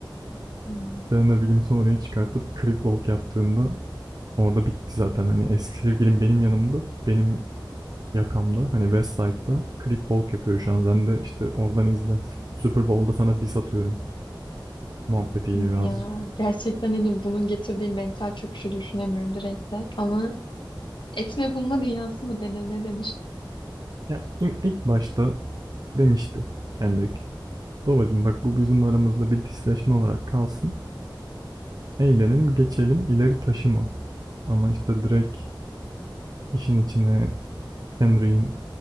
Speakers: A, on the left (about 70°); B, on the right (about 50°).
A: Hmm,
B: Serena Williams'ı oraya çıkartıp Cripwalk yaptığında orada bitti zaten. Hani eski sevgilim benim yanımda, benim Yakam'da hani West Side'da Crip Walk yapıyor şu an. Sen de işte oradan izle. Super Bowl'da sana diss atıyorum. Muhabbetiyle
A: Yok
B: birazcık.
A: ya. Gerçekten hani bunun getirdiği mental çöküşü düşünemiyorum Drake'de. Ama etme bulma dünyası mı denir ne denir?
B: Ya ilk başta demişti Kendrick. Babacım bak bu bizim aramızda bir disleşme olarak kalsın. Eğlenelim geçelim ileri taşıma. Ama işte Drake işin içine Kendrick'in